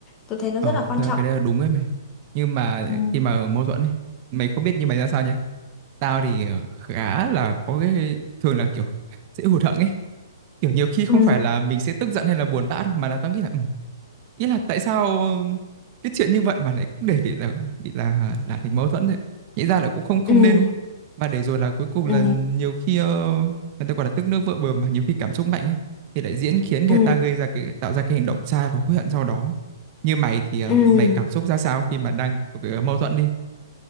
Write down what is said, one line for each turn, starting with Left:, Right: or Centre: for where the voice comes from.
Left: Tôi thấy nó
Right: ờ
Left: rất là quan
Right: thế
Left: trọng.
Right: là cái đấy là đúng ấy mày nhưng mà
Left: Ừ.
Right: khi mà mâu thuẫn ấy mày không biết như mày ra sao nhỉ tao thì ờ, khá là có cái thường là kiểu <laughs> dễ hụt hẫng ấy Kiểu, nhiều khi không
Left: Ừ.
Right: phải là mình sẽ tức giận hay là buồn bã đâu, mà là tao nghĩ là, ừm, ý là tại sao cái chuyện như vậy mà lại cũng để bị là bị là là thành mâu thuẫn vậy? nghĩ ra là cũng không không
Left: ừ
Right: nên, đúng không? Và để rồi là cuối cùng
Left: ừ
Right: là nhiều khi, ơ, người ta gọi là "tức nước vỡ bờ" mà, nhiều khi cảm xúc mạnh ấy, thì lại diễn khiến người
Left: ừ
Right: ta gây ra cái tạo ra cái hành động sai và hối hận sau đó. Như mày thì, ờ,
Left: ừ
Right: mày cảm xúc ra sao khi mà đang c mâu thuẫn đi?